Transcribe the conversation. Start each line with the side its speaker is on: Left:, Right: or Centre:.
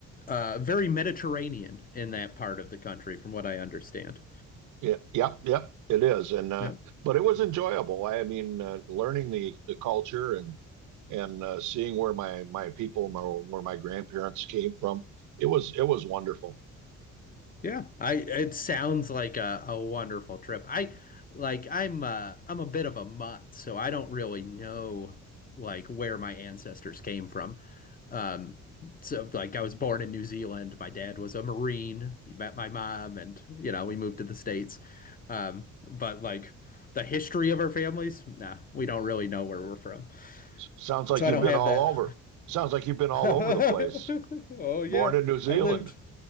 Left: uh very Mediterranean in that part of the country, from what I understand.
Right: Yeah, yep, yep, it is. And uh,
Left: Yeah.
Right: but it was enjoyable. I mean, uh, learning the the culture and and uh, seeing where my my people, my, where my grandparents came from, it was it was wonderful.
Left: Yeah, I it sounds like a, a wonderful trip. I like I'm uh I'm a bit of a mutt, so I don't really know like where my ancestors came from. Um so like I was born in New Zealand. My dad was a Marine. He met my mom and you know, we moved to the States. Um but like the history of our families, nah, we don't really know where we're from.
Right: Sounds like
Left: So
Right: you've
Left: I don't
Right: been
Left: have
Right: all
Left: that.
Right: over. Sounds like you've been all
Left: <laughs> Oh
Right: over the place. Born
Left: yeah.
Right: in New Zealand.
Left: I lived